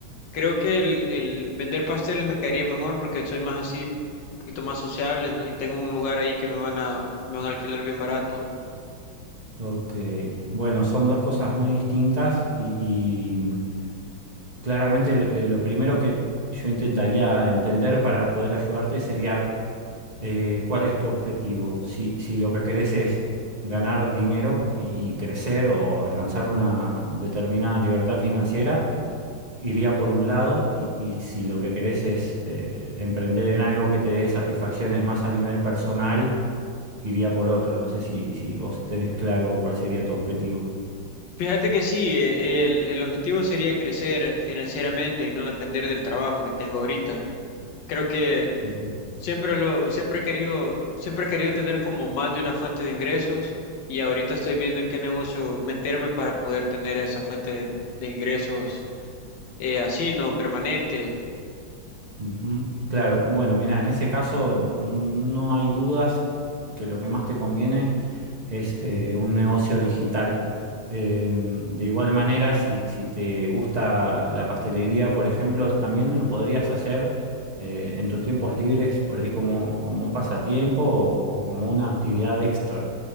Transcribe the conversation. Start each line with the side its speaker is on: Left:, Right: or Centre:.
Left: Creo que el, el vender pasteles me caería mejor porque soy más así, un poquito más sociable, ¿no? Y tengo un lugar ahí que me van a, me van a alquilar bien barato.
Right: Ok, bueno, son dos cosas muy distintas y, y mm, claramente lo, eh, lo primero que yo intentaría entender para poder ayudarte sería eh, cuál es tu objetivo. Si, si lo que querés es ganar dinero y, y crecer o alcanzar una determinada libertad financiera, iría por un lado y, y si lo que querés es eh, emprender en algo que te dé satisfacciones más a nivel personal, iría por otro. No sé si, si vos tenés claro cuál sería tu objetivo.
Left: Fíjate que sí, eh, el, el objetivo sería crecer financieramente y no depender del trabajo que tengo ahorita. Creo que
Right: Ujú,
Left: siempre lo, siempre he querido, siempre he querido tener como más de una fuente de ingresos y ahorita estoy viendo en qué negocio meterme para poder tener esa fuente de ingresos eh, así, ¿no? Permanente.
Right: ujú. Claro, bueno, mira, en ese caso mm, no hay dudas que lo que más te conviene es eh, un negocio digital. Eh, de igual manera, si, si te gusta la pastelería, por ejemplo, también lo podrías hacer eh, en tus tiempos libres, por ahí como, como un pasatiempo o, o como una actividad extra.